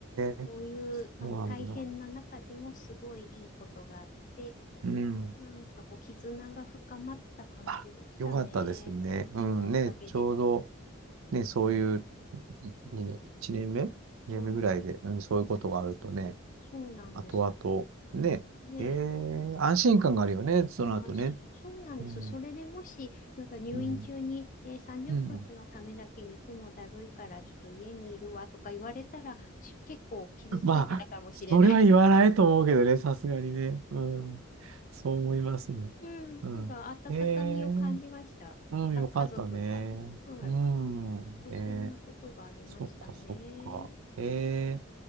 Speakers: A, on the right; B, on the left.
A: え、
B: こういうあの大変な中でもすごいいいことがあって、
A: そうなんだ。うん。
B: なんかこう、絆が深まった感じでしたね。
A: あ、よかったですね。
B: 病気のおかげでと。
A: うん。ね、ちょうど、ね、そういうい二年、
B: うん。
A: 1年目 ?2 年目ぐらいで、
B: はい。
A: うん、そういうことがあるとね、
B: そうそうなんです。
A: 後々、ね、
B: ねえ。
A: えー安心感があるよね、その後ね。
B: あー、そそうなんです。
A: うん。
B: それでもし、なんか入院中に、
A: うん。
B: えー、30分のためだけに行くのだるいから、
A: うん。
B: ちょっと家にいるわとか言われたら、し結構傷ついてたかもしれない。
A: <laughs> まあ、それは言わないと思うけどね、さすがにね。うん。そう思いますね。
B: <laughs> うん。
A: うん。
B: なんか温かみを感じました。
A: ええうん、
B: か、
A: よかったね。
B: 家族の。はい。
A: うん。
B: そそんなことがありましたね。
A: ねそっか、そっか。え